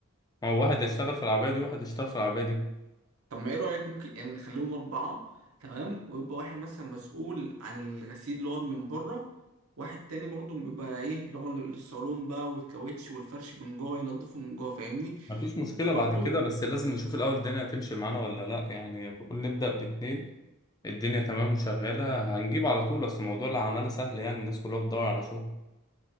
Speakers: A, on the left; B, on the right.
A: ما هو واحد هيشتغل في العربية دي وواحد هيشتغل في العربية دي
B: طب ما ايه رأيك ممكن يعني نخليهم أربعة تمام ويبقى واحد مثلا مسؤول عن الغسيل اللي هو من بره واحد تاني برضه بيبقى ايه اللي هو الصالون بقى والكاوتش والفرش من جوه ينضفه من جوه فاهمني
A: مفيش مشكلة
B: وبرضه
A: بعد كده بس لازم نشوف الأول الدنيا هتمشي معانا ولا لأ يعني بقول نبدأ باتنين الدنيا تمام وشغالة هنجيب على طول أصل موضوع العمالة سهل يعني الناس كلها بتدور على شغل